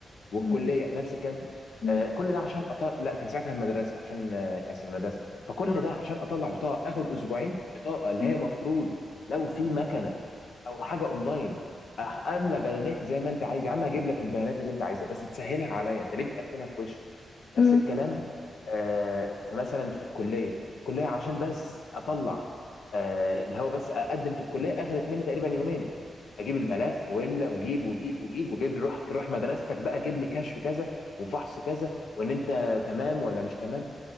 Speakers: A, on the left; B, on the left.
A: والكليه
B: مم.
A: نفس الكلام
B: مم.
A: آه، كل ده عشان أطلع لا كان ساعتها المدرسه عشان آه، كان في المدرسه فكل
B: آه.
A: ده عشان اطلع بطاقه اخد اسبوعين بطاقه اللي
B: مم.
A: هي مفروض لو في مكنه او حاجه اونلاين أخ- املى بياناتي زي ما انت عايز يا عم اجيب لك البيانات اللي انت عايزها بس تسهلها عليا انت ليه بتقفلها في وشي نفس
B: مم.
A: الكلام آه، فمثلا في الكليه الكليه عشان بس اطلع آه، اللي هو بس اقدم في الكليه اخذت مني تقريبا يومين اجيب الملف واملى وجيب وجيب وجيب وجيب لي روح روح مدرستك بقى جيب لي كشف كذا وفحص كذا وان انت تمام ولا مش تمام